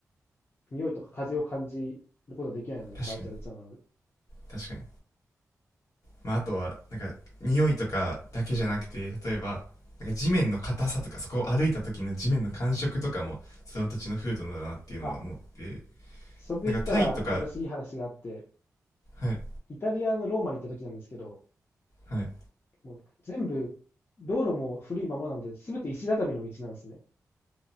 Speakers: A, on the left; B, on the left.
A: 匂いとか風を感じることはできないので、
B: 確かに
A: バーチャルツアーなので。
B: 確かにまああとはなんか匂いとかだけじゃなくて例えばなんか地面の硬さとかそこを歩いた時の地面の感触とかもその土地の風土だなっていうのは思って
A: あ、それで言ったら、
B: なんかタイとかはい
A: 私いい話があって、
B: はい
A: イタリアのローマに行った時なんですけど、
B: はい
A: もう全部、道路も古いままなので、すべて石畳の道なんですね。